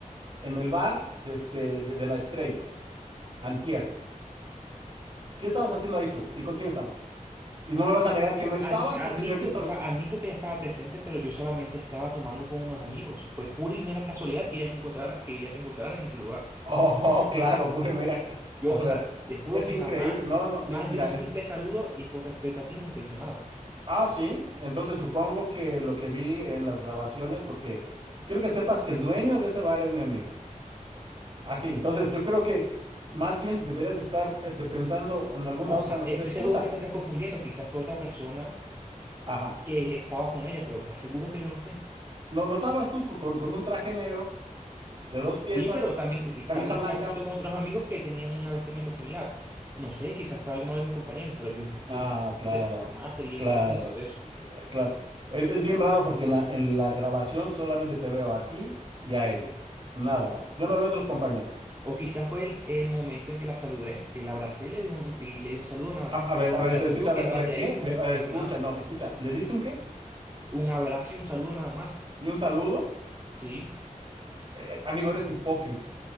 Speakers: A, on the right; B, on the right.
A: en el bar de, este, de, de la Estrella, Antier, ¿qué estabas haciendo ahí tú? ¿Y con quién estabas? Y no me vas a negar que
B: No,
A: no
B: ad-
A: estabas porque
B: admito,
A: yo he visto,
B: o
A: la-
B: sea, admito que ella estaba presente, pero yo solamente estaba tomando con unos amigos. Fue pura y mera casualidad que ella se encontrara, que ella se encontrara en ese lugar.
A: Oh, <laughs> claro, pura, mira, ca-
B: Yo,
A: casualidad.
B: o sea, te juro
A: Es
B: que
A: increíble.
B: jamás,
A: No, no, mira,
B: más
A: mira,
B: de un
A: es,
B: simple saludo y por respeto a ti, nunca hice nada.
A: ah, sí. Entonces supongo que lo que vi en las grabaciones, porque quiero que sepas que el dueño de ese bar es mi amigo. Ah, sí. Entonces yo creo que más bien deberías estar este, pensando en alguna
B: No, o
A: otra
B: sea,
A: mejor
B: estoy
A: excusa.
B: seguro que te estás confundiendo. Quizás fue otra persona
A: Ajá.
B: que estaba con ella, pero te aseguro que yo no fui.
A: No, no estabas tú co- con, con un traje negro de dos piezas,
B: Sí, pero también,
A: camisa
B: también
A: blanca.
B: estaba junto con otros amigos que tenían una vestimenta similar. No sé, quizás fue alguno de mis compañeros, pero yo, yo
A: Ah, claro,
B: sé- jamás sería
A: claro,
B: incapaz de hacer eso.
A: eh, claro. Es, es bien raro porque en la, en la grabación solamente te veo a ti y a ella, nada más. Yo no veo a otros compañeros.
B: O quizás fue el, el momento en que la saludé, que la abracé y le di un, y le di un saludo nada
A: A,
B: más.
A: a ver, a ver,
B: Te aseguro
A: se escucha,
B: que
A: a ver,
B: más
A: a ver,
B: de
A: ¿qué?
B: ahí no,
A: Le- a
B: nunca
A: ver, escucha,
B: fue nada.
A: no, escucha, ¿le dice un qué?
B: Un abrazo y un saludo nada más.
A: ¿Y un saludo?
B: Sí, te-
A: Eh, eh, amigo, eres hipócrita.